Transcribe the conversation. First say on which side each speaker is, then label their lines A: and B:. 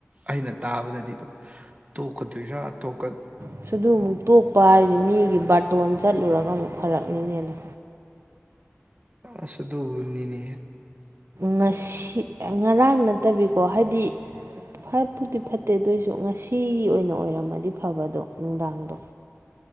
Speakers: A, on the right (about 30°); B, on the right (about 60°).
A: ꯑꯩꯅ ꯇꯥ ꯇꯕꯗꯗꯤ ꯗꯣ ꯇꯣꯛꯀꯗꯨꯏꯔ ꯇꯣꯛꯀ
B: ꯑꯁ ꯑꯗꯨ ꯑꯃꯨꯛ ꯇꯣꯛꯄ ꯍꯥꯏꯁꯦ ꯃꯤꯒꯤ ꯕꯥꯔꯇꯣꯟ ꯆꯠꯂꯨꯔꯒ ꯑꯃꯨꯛ ꯐꯔꯛꯅꯤꯅꯦ ꯑꯗꯨ
A: ꯑꯁ ꯑꯗꯨꯕꯨꯅꯤꯅꯦ
B: ꯉꯁꯤ ꯉꯔꯥꯡ ꯅꯠꯇꯕꯤꯀꯣ ꯍꯥꯏꯗꯤ ꯐꯠꯄꯨꯗꯤ ꯐꯠꯇꯦ ꯑꯗꯨꯑꯣꯏꯁꯨ ꯉꯁꯤ ꯑꯣꯏꯅ ꯑꯣꯏꯔꯝꯃꯗꯤ ꯐꯕꯗꯣ ꯅꯨꯡꯗꯥꯡꯗꯣ